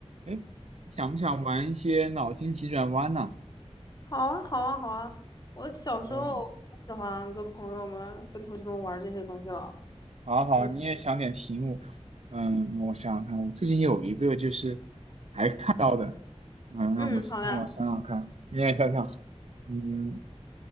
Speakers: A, on the right; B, on the left.
A: 哎，你想不想玩一些脑筋急转弯呢、
B: 好啊，好啊，好啊！我小时候
A: 嗯，
B: 喜欢跟朋友们、跟同学们玩这些东西了。
A: 好啊好啊，
B: 嗯
A: 你也想点题目。嗯，我想想看，我最近有一个就是看到的，嗯，让我想让我想想看，
B: 嗯，好呀。
A: 你也想想，嗯，